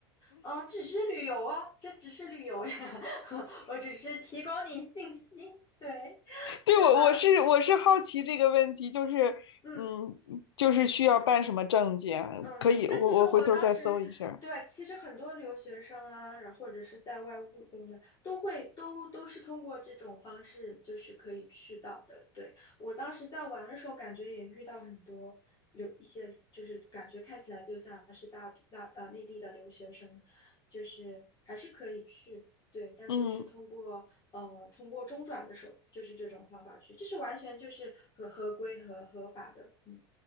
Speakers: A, on the left (about 30°); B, on the left (about 85°).
A: 呃，只是旅游啊，这只是旅游呀，<laughs> 我只是提供你信息，对，
B: 对，
A: 对吧？
B: 我我是我是好奇这个问题，就是嗯，
A: 嗯。
B: 就是需要办什么证件？
A: 嗯，
B: 可以，
A: 但其实我当时，
B: 我我回头儿再搜一下。
A: 对，其实很多留学生啊，然后或者是在外务工的，都会都都是通过这种方式，就是可以去到的。对，我当时在玩的时候，感觉也遇到很多留一些，就是感觉看起来就像是大大呃内地的留学生，就是还是可以去，对，但就是通过呃通过中转的手，
B: 嗯，
A: 就是这种方法去，这是完全就是合合规和合法的，嗯